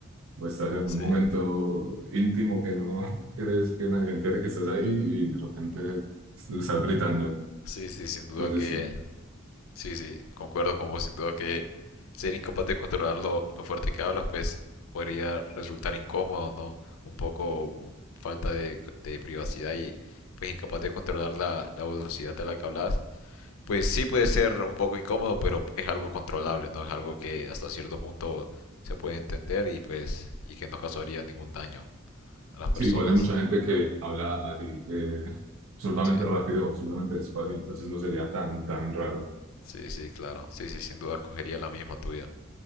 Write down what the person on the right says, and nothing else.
o estás en algún
momento íntimo que no <laughs> quieres que nadie se entere que estás ahí y de repente estás gritando.
Entonces,
sí,
sí, igual hay mucha gente que habla así, eh, absurdamente
rápido, absurdamente despacio, entonces no sería tan, tan raro.